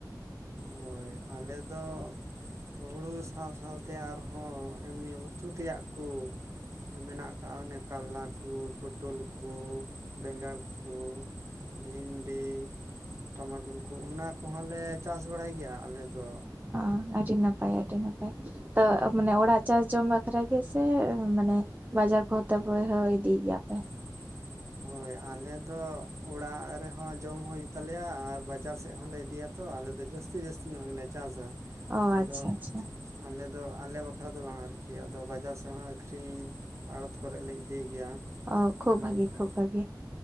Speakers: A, on the right; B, on the right.
A: ᱦᱳᱭ ᱟᱞᱮ ᱫᱚ ᱦᱩᱲᱩ ᱥᱟᱶ ᱥᱟᱶᱛᱮ ᱟᱨᱦᱚᱸ ᱮᱢᱱᱤ ᱩᱛᱩ ᱛᱮᱭᱟᱜ ᱠᱩ ᱢᱮᱱᱟᱜ ᱠᱟᱜ ᱚᱱᱮ ᱠᱟᱨᱞᱟ ᱠᱚ ᱯᱚᱴᱚᱞ ᱠᱚ ᱵᱮᱸᱜᱟᱲ ᱠᱚ ᱵᱷᱤᱱᱰᱤ ᱴᱟᱢᱟᱴᱳᱞ ᱠᱚ ᱚᱱᱟ ᱠᱚᱦᱚᱸᱞᱮ ᱪᱟᱥ ᱵᱟᱲᱟᱭ ᱜᱮᱭᱟ ᱟᱞᱮᱫᱚ
B: ᱟᱸ ᱟᱹᱰᱤ ᱱᱟᱯᱟᱭ ᱟᱹᱰᱤ ᱱᱟᱯᱟᱭ ᱛᱚ ᱢᱟᱱᱮ ᱚᱲᱟᱜ ᱪᱟᱥ ᱡᱚᱢ ᱵᱟᱠᱷᱨᱟ ᱜᱮ ᱥᱮ ᱢᱟᱱᱮ ᱵᱟᱡᱟᱨ ᱠᱚᱛᱮ ᱵᱚᱭᱦᱟᱹ ᱤᱫᱤ ᱜᱮᱭᱟ ᱯᱮ
A: <unintelligible> ᱦᱳᱭ ᱟᱞᱮ ᱫᱚ ᱚᱲᱟᱜ ᱨᱮᱦᱚᱸ ᱡᱚᱢ ᱦᱩᱭᱩᱜ ᱛᱟᱞᱮᱭᱟ ᱟᱨ ᱵᱟᱡᱟᱨ ᱥᱮᱫ ᱦᱚᱸᱞᱮ ᱤᱫᱤᱭᱟ ᱛᱚ ᱟᱞᱮᱫ ᱫᱚ ᱡᱟᱹᱥᱛᱤ ᱡᱟᱹᱥᱛᱤ ᱧᱚᱜ ᱜᱮᱞᱮ ᱪᱟᱥᱟ
B: ᱚ
A: ᱟᱫᱚ
B: ᱟᱪᱪᱷᱟ ᱟᱪᱪᱷᱟ
A: ᱟᱞᱮ ᱫᱚ ᱟᱞᱮ ᱵᱟᱠᱷᱨᱟ ᱫᱚ ᱵᱟᱝ ᱟᱨᱠᱤ ᱟᱫᱚ ᱵᱟᱡᱟᱨ ᱥᱮ ᱦᱚᱸ ᱟᱠᱠᱷᱨᱤᱧ ᱟᱲᱚᱛ ᱠᱚᱨᱮᱞᱮ ᱤᱫᱤ ᱜᱮᱭᱟ
B: ᱚ ᱠᱷᱩᱵ
A: ᱚᱱᱮ
B: ᱵᱷᱟᱹᱜᱤ
A: ᱚᱱᱠᱟ
B: ᱠᱷᱩᱵ ᱵᱷᱟᱹᱜᱤ